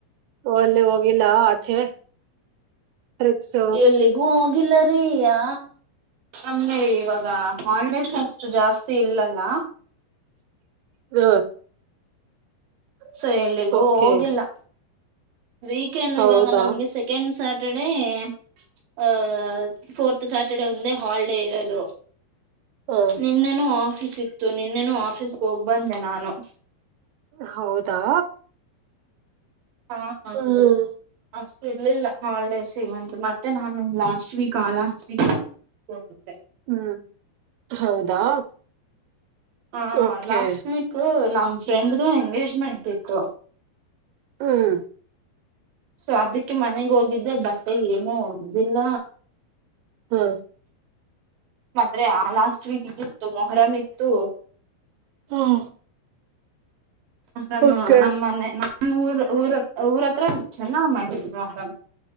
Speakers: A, on the right; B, on the right.
A: ಓ ಅಲ್ಲಿ ಹೋಗಿಲ್ಲ ಆಚೆ ಟ್ರಿಪ್ಸ್
B: ಎಲ್ಲಿಗೂ ಹೋಗಿಲ್ಲಾರೀ ಯಾ ನಮಗೆ ಇವಾಗ ಹಾಲಿಡೇಸ್ ಖರ್ಚು ಜಾಸ್ತಿ ಇಲ್ಲಲ್ಲ
A: ಹ
B: ಸೊ ಎಲ್ಲಿಗೂ
A: ಓಕೆ
B: ಹೋಗಿಲ್ಲ ವೀಕೆಂಡ್
A: ಹೌದಾ
B: ಇವಾಗ ನಮ್ಗೆ ಸೆಕೆಂಡ್ ಸ್ಯಾಟರ್ಡೆ ಎ ಹ ಫೋರ್ತ್ ಸ್ಯಾಟರ್ಡೆ ಒಂದೇ ಹಾಲಿಡೇ ಇರೋದು
A: ಹ
B: ನಿನ್ನೆನು ಆಫೀಸ್ ಇತ್ತು ನಿನ್ನೆನು ಆಫೀಸ್ಗೆ ಹೋಗ್ ಬಂದೆ ನಾನು
A: ಹೌದಾ
B: ಹಾ ಹೌದು
A: ಹ್ಮ್
B: ಅಷ್ಟು ಇರ್ಲಿಲ್ಲ ಹಾಲಿಡೇಸ್ ಇವಂತ ಮತ್ತೆ ನಾನು ಲಾಸ್ಟ್ ವೀಕ್ ಆ ಲಾಸ್ಟ್ ವೀಕ್ ಹೌ ಸ
A: ಹ್ಮ್ ಹೌದಾ
B: ಹ
A: ಓಕೆ
B: ಲಾಸ್ಟ್ ವೀಕ್ ನಮ್ ಫ್ರೆಂಡ್ದು ಎಂಗೇಜ್ಮೆಂಟ್ ಇತ್ತು
A: ಹ್ಮ್
B: ಸೊ ಅದಕ್ಕೆ ಮನೆಗ್ ಹೋಗಿದ್ದೆ ಬಟ್ಟೆ ಏನು ಹ್ದಿಲ್ಲ
A: ಹ್ಮ
B: ಮಾತ್ರೆ ಆ ಲಾಸ್ಟ್ ವೀಕ್ ಇತ್ತು ಮೊಹರಂ ಇತ್ತು
A: ಹಾಂ
B: ಆರಾಮ
A: ಓಕೆ
B: ನಮ್ಮ ಮನೆ ನಮ್ಮ್ ಊರ ಊರತ್ರ ಊರತ್ರ ಚೆನ್ನ ಮಾಡಿದ್ರು ಆರಾಮ